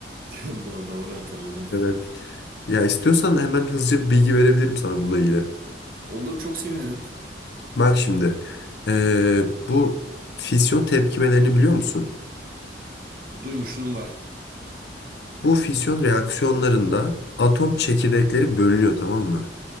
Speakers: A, on the right; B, on the left.
A: <laughs> Doğru, doğru hatırladım.
B: Evet. Ya istiyorsan hemen hızlıca bir bilgi verebilirim sana bununla ilgili.
A: Olur çok sevinirim.
B: Bak şimdi. eee, bu fisyon tepkimelerini biliyor musun?
A: Duymuşluğum var.
B: Bu fisyon reaksiyonlarında atom çekirdekleri bölünüyor tamam mı?